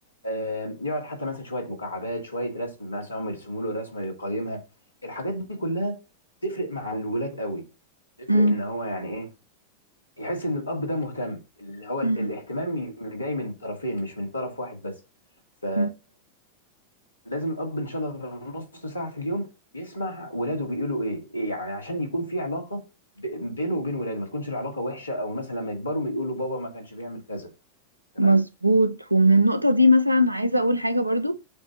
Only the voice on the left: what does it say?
آم، يقعد حتى مثلا شويه مكعبات شويه رسم مثلا هم يرسموا له رسمه يقيمها الحاجات دي كلها تفرق مع الولاد قوي تفرق
ان هو يعني ايه يحس ان الاب ده مهتم اللي هو ال-
الاهتمام ي- جاي من طرفين مش من طرف واحد بس ف
لازم الاب ان شاء الله نص ساعه في اليوم يسمع ولاده بيقولوا ايه إيه يعني عشان يكون في علاقه ب- بينه وبين ولاده ما تكونش العلاقه وحشه او مثلا لما يكبروا يقولوا بابا ما كانش بيعمل كذا تمام